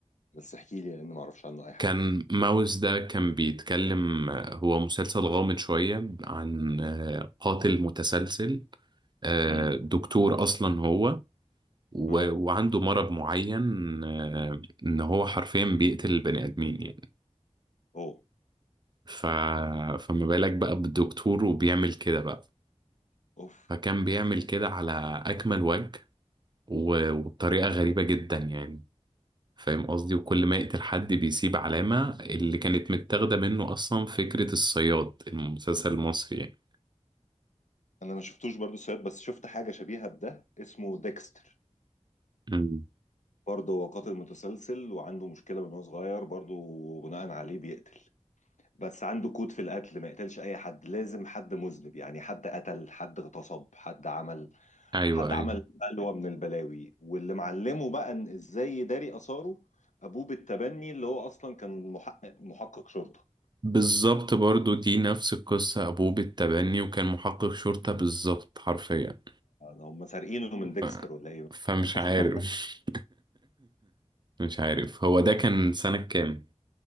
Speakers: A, on the left; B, on the right.
A: بس احكي لي لان ما اعرفش عنه اي حاجة
B: كان ماوس ده كان بيتكلم هو مسلسل غامض شوية عن آه، قاتل متسلسل آه،
A: امم
B: دكتور أصلا هو و-
A: اه
B: وعنده مرض معين آه، ان هو حرفيا بيقتل البني آدمين يعني
A: اوه
B: ف... فما بالك بقى بالدكتور وبيعمل كده بقى
A: اوف
B: فكان بيعمل كده على أكمل وجه و- وبطريقة غريبة جدا يعني فاهم قصدي وكل ما يقتل حد بيسيب علامة اللي كانت متاخدة منه أصلا فكرة الصياد المسلسل المصري يعني
A: انا ما شفتوش برضو سيد بس شفت حاجة شبيهة بده اسمه ديكستر
B: مم.
A: برضه هو قاتل متسلسل وعنده مشكلة من هو صغير برضه بناء عليه بيقتل بس عنده كود في القتل ما يقتلش اي حد لازم حد مذنب يعني حد قتل حد اغتصب حد عمل
B: أيوه
A: حد
B: أيوه
A: عمل بلوى من البلاوي واللي معلمه بقى ان ازاي يداري اثاره ابوه بالتبني اللي هو اصلا كان محقق محقق شرطه
B: بالظبط برضو دي نفس القصة أبوه بالتبني وكان محقق شرطة بالظبط حرفيا
A: هم سارقينه من ديكستر
B: ف...
A: ولا ايه بقى
B: فمش
A: <laughs>
B: عارف <laughs> مش عارف هو ده كان سنة كام